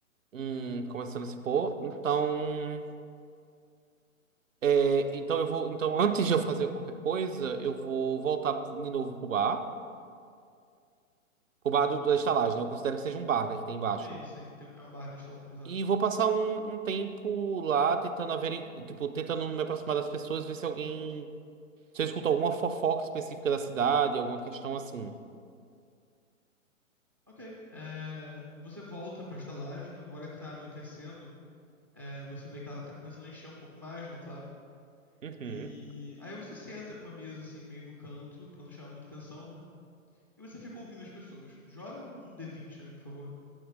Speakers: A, on the right; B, on the right.
A: Hum, começando a se pôr. Então, é, então eu vou. Então, antes de eu fazer qualquer coisa, eu vou voltar de novo pro bar. Pro bar do, da estalagem, né? Eu considero que seja um bar, né? Que tem embaixo.
B: Sim, sim, tem um- é um bar na estalagem, exato.
A: E vou passar um, um tempo lá tentando averiguar, tipo, tentando me aproximar das pessoas, ver se alguém. Se eu escuto alguma fofoca específica da cidade, alguma questão assim.
B: Ok, é, você volta pra estalagem, agora que tá anoitecendo, é, você vê que ela tá começando a encher um pouco mais, né, claro.
A: Uhum.
B: E aí você senta numa mesa, assim, meio no canto, pra não chamar muita atenção, né? E você fica ouvindo as pessoas. Joga um D20 aí, por favor.